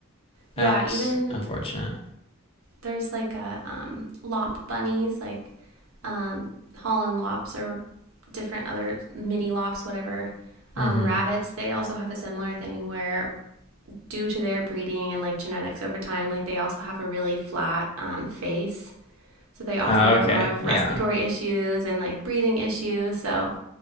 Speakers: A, on the right; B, on the left.
A: Yeah,
B: That's
A: even
B: unfortunate.
A: there's like a um, lop bunnies, like um, Holland lops or different other mini lops, whatever. Um,
B: Mm-hmm.
A: rabbits, they also have a similar thing where, due to their breeding and like genetics over time, like they also have a really flat um, face. So they often
B: Oh,
A: have
B: okay.
A: a lot of respiratory
B: Yeah.
A: issues and like breathing issues. So